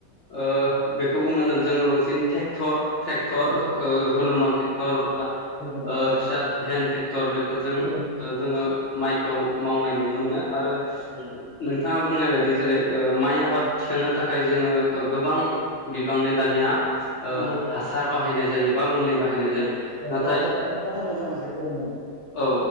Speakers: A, on the left; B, on the right.
A: ओ बेखौ बुंनांगोन जोङो बांसिन थेक टर ट्रेक्टर
B: नंगौ
A: ओ हनुमान ट्रेक्टर ओ
B: नंगौ थारैनो
A: फिसा हेन्दड ट्रेक्टर बेफोरजों
B: नंगौ
A: जोङो माइखौ मावनाय नुनो मोनो आरो
B: उ
A: नोंथाङा बुंनाय बायदि जेरै ओ माइ आबाद थिखांनो थाखाय जोङो गोबां बिबांनि दानिया ओ
B: नंगौ
A: हासार बाहायनाय जायो बा मुलि बाहायनाय जायो नाथाय
B: रासायनारि हासार होनो गोनां जायो औ नंगौ
A: औ